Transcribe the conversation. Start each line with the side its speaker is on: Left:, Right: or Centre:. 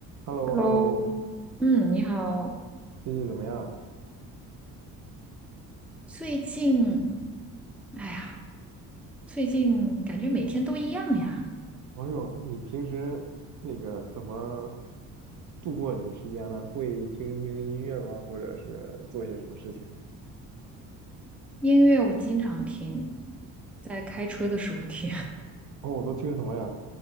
Right: h e l l o
Centre: Hello，
Right: h e l l o
Centre: 嗯，你好。
Right: 最近怎么样？
Centre: 最近，哎呀，最近感觉每天都一样呀。
Right: 哎呦，那你平时那个怎么度过你的时间呢？会听一听音乐吗？或者是做些什么事情？
Centre: 音乐我经常听，在开车的时候听。
Right: 哦，我都听什么呀？